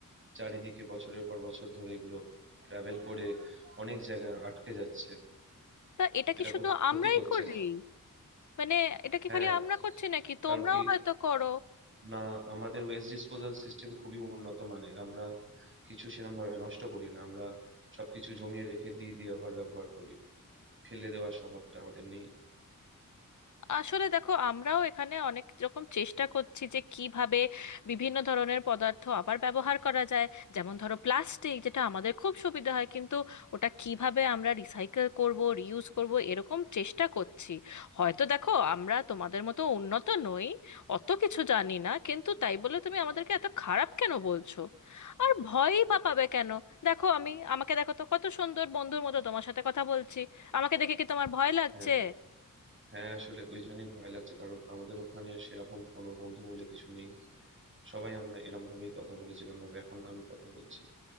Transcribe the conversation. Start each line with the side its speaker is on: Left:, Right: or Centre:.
Right: চারিদিকে বছরের পর বছর ধরে এগুলো ট্রাভেল করে অনেক জায়গায় আটকে যাচ্ছে
Left: তা এটা
Right: এটা
Left: কি শুধু
Right: খুব ক্ষতি
Left: আমরাই
Right: করছে
Left: করি মানে এটা কি
Right: হ্যাঁ
Left: খালি আমরা করছি নাকি
Right: কারণ
Left: তোমরাও
Right: কি
Left: হয়তো করো
Right: না আমাদের ওয়েস্ট ডিসপোজাল সিস্টেম খুবই উন্নত মানের আমরা কিছু সেরকম ভাবে নষ্ট করি না আমরা সবকিছু জমিয়ে রেখে দিই দিয়ে আবার ব্যবহার করি ফেলে দেওয়ার স্বভাবটা আমাদের নেই
Left: আসলে দেখো আমরাও এখানে অনেক রকম চেষ্টা করছি যে কিভাবে বিভিন্ন ধরনের পদার্থ আবার ব্যবহার করা যায় যেমন ধরো প্লাস্টিক যেটা আমাদের খুব সুবিধা হয় কিন্তু ওটা কিভাবে আমরা রিসাইকেল করব রিউজ করব এরকম চেষ্টা করছি হয়তো দেখো আমরা তোমাদের মতো উন্নত নই অত কিছু জানি না কিন্তু তাই বলে তুমি আমাদেরকে এত খারাপ কেন বলছো আর ভয়ই বা পাবে কেন দেখো আমি আমাকে দেখো তো কত সুন্দর বন্ধুর মতো তোমার সাথে কথা বলছি আমাকে দেখে কি তোমার ভয় লাগছে
Right: হ্যাঁ হ্যাঁ আসলে ওই জন্যই ভয় লাগছে কারণ আমাদের ওখানে সেরকম কোনো বন্ধু বলে কিছু নেই সবাই আমরা এরম ভাবেই কথা বলি যেরম ভাবে এখন আমি কথা বলছি